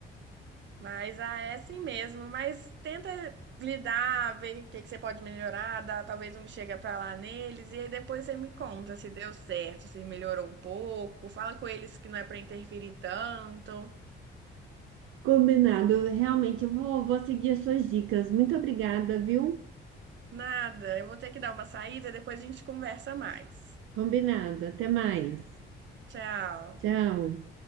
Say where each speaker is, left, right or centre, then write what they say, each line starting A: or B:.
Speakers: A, on the right (about 65°); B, on the right (about 85°).
A: Mas ah, é assim mesmo. Mas tenta lidar, ver o que que você pode melhorar, dá, talvez um chega pra lá neles, e aí depois você me conta se deu certo, se melhorou um pouco. Fala com eles que não é pra interferir tanto.
B: Combinado. Realmente, eu vou, vou seguir as suas dicas. Muito obrigada, viu?
A: Nada, eu vou ter que dar uma saída, depois a gente conversa mais.
B: Combinado. Até mais.
A: Tchau.
B: Tchau.